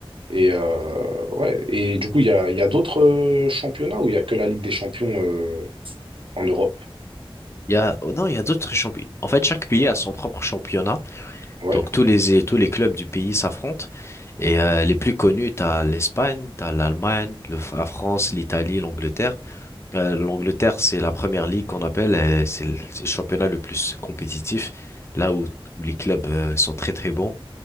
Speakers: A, on the right; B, on the left.
A: Et euh, ouais, et du coup il y a, il y a d'autres euh, championnats où il y a que la Ligue des Champions euh, en Europe.
B: Il y a, oh non, il y a d'autres championnats. En fait, chaque pays a son propre championnat.
A: Ouais.
B: Donc, tous les, tous les clubs du pays s'affrontent. Et euh, les plus connus, t'as l'Espagne, t'as l'Allemagne, le- la France, l'Italie, l'Angleterre. Euh, l'Angleterre, c'est la première ligue qu'on appelle. euh, C'est le, c'est le championnat le plus compétitif, là où, où les clubs euh, sont très très bons.